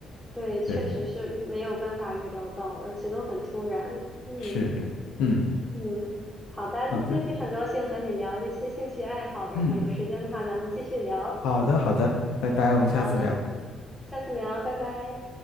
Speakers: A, in the centre; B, on the left (about 90°).
A: 对，确实是没有办法预料到，
B: 是
A: 而且都很突然。嗯。
B: 是的，嗯，
A: 嗯，好的，
B: 好的，
A: 今天非常高兴和你聊这些兴趣爱好，然后有时间的话咱们继续聊。
B: 嗯，好的好的，拜拜，我们下次聊。
A: 好，那下下次聊，拜拜。